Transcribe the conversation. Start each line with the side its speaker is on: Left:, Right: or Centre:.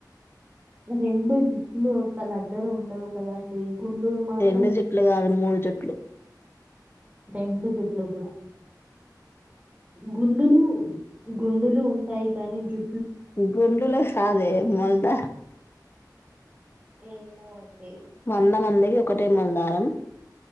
Right: రెండు జు ఇట్లు ఒక దగ్గర ఉండవు కదండి గుండులు మాత్రం
Left: రెండు
Right: ఉంటాయి.
Left: జుట్లు కాదు మూడు జుట్
Right: రెండు జుట్లు కూడా గుండే లు గుండేలు ఉంటాయి కానీ జు
Left: గుండెలో సదే మల్ద
Right: ఏమో అండి
Left: వంద మందకి ఒక ఒకటే మల్దారం